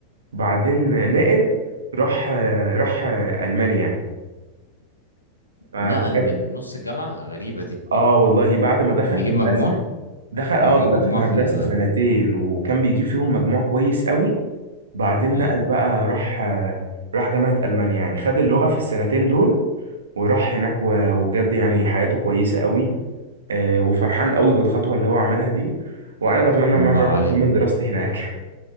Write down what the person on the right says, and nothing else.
بعدين نقل راح آه، راح آه، المانيا فبجد
اه والله بعد ما دخل
هندسه
دخل اه
ده
دخل هندسه
سنتين وكان بيجيب فيهم مجموع كويس قوي بعدين
نقل بقى راح آه، راح جامعه المانيا يعني خد اللغه في السنتين دول وراح هناك و- وبجد يعني حياته كويسه قوي آه، وفرحان قوي بالخطوه اللي هو عملها دي وانا بتمنى
ان انا اروح
اكمل دراستي
هناك